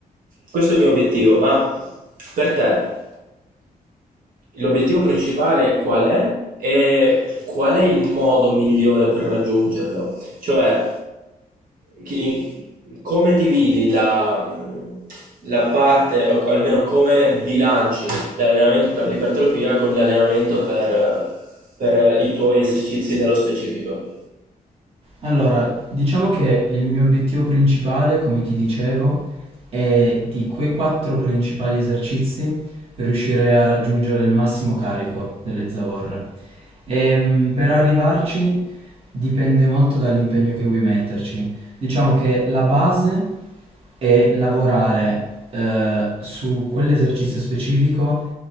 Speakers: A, on the right; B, on the right.
A: Questo è il mio obiettivo, ma per te L'obiettivo principale qual è? E qual è il modo migliore per raggiungerlo? Cioè, chi- come dividi la, la parte, o almeno come bilanci l'allenamento per l'ipertrofia con l'allenamento per, per i tuoi esercizi nello specifico?
B: Allora, diciamo che il mio obiettivo principale, come ti dicevo, è di quei quattro principali esercizi riuscire a raggiungere il massimo carico delle zavorre. Ehm, per arrivarci dipende molto dall'impegno che vuoi metterci. Diciamo che la base è lavorare eh, su quell'esercizio specifico